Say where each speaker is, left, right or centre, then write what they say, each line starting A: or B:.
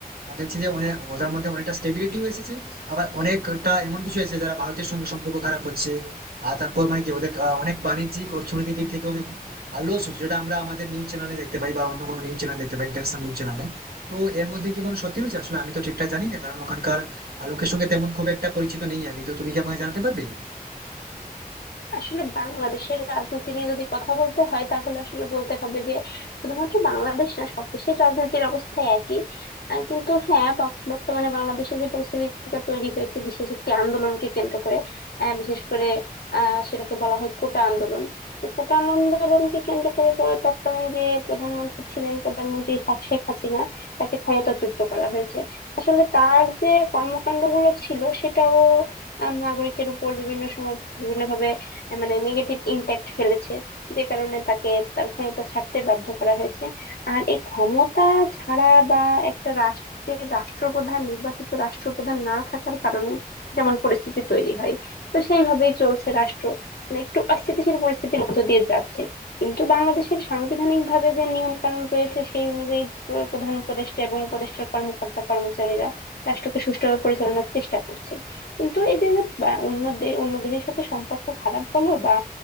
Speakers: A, on the right; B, on the left.
A: আমি দেখছি যে অনেক ওদের মধ্যে অনেকটা স্টেবিলিটিও এসেছে আবার অনেকটা এমন কিছু এসেছে যারা ভারতের সঙ্গে সম্পর্ক খারাপ করছে আর তারপর মানে কি ওদের আহ, অনেক বাণিজ্যিক অর্থনৈতিক দিক থেকে অনেক লস হচ্ছে যেটা আমরা আমাদের নিউজ চ্যানেলে দেখতে পাই বা অন্য কোনো নিউজ চ্যানেল দেখতে পাই ইন্টারন্যাশনাল নিউজ চ্যানেলে তো এর মধ্যে কি কোনো সত্যি রয়েছে আসলে আমি তো ঠিকঠাক জানি না কারণ ওখানকার আহ, লোকের সঙ্গে তেমন খুব একটা পরিচিত নেই আমি তো তুমি কি আমাকে জানাতে পারবে
B: আসলে বাংলাদেশের রাজনীতি নিয়ে যদি কথা বলতে হয় তাহলে আসলে বলতে হবে যে শুধুমাত্র বাংলাদেশ না সব দেশের রাজনীতির অবস্থা একই আহ, কিন্তু হ্যাঁ বক- বর্তমানে বাংলাদেশে যে পরিস্থিতিটা তৈরি হয়েছে বিশেষ একটি আন্দোলনকে কেন্দ্র করে আহ, বিশেষ করে আহ সেটাকে বলা হয় কোটা আন্দোলন তো কোটা আন্দোলনকে কেন্দ্র করে বড় তৎকালীন যে প্রধানমন্ত্রী ছিলেন প্রধানমন্ত্রী হা- শেখ হাসিনা তাকে ক্ষমতাচ্যুত করা হয়েছে আসলে তার যে কর্মকাণ্ডগুলো ছিল সেটাও আহ, নাগরিকের উপর বিভিন্ন সময় বিভিন্ন ভাবে মানে নেগেটিভ ইম্প্যাক্ট ফেলেছে যে কারণে তাকে তার ক্ষমতা ছাড়তে বাধ্য করা হয়েছে আর এই ক্ষমতা ছাড়া বা একটা রাষ্ট্রের রাষ্ট্রপ্রধান নির্বাচিত রাষ্ট্রপ্রধান না থাকার কারণে যেমন পরিস্থিতি তৈরি হয় তো সেইভাবেই চলছে রাষ্ট্র মানে একটু অস্থিতিশীল পরিস্থিতির মধ্য দিয়ে যাচ্ছে কিন্তু বাংলাদেশের সাংবিধানিক ভাবে যে নিয়ম কানুন রয়েছে সেই অনুযায়ী প্র- প্রধান উপদেষ্টা এবং উপদেষ্টার কর্মকর্তা কর্মচারীরা রাষ্ট্রকে সুষ্ঠুভাবে পরিচালনার চেষ্টা করছে কিন্তু এই যে যে বা অন্য দেশ অন্য দেশের সাথে সম্পর্ক খারাপ বলো বা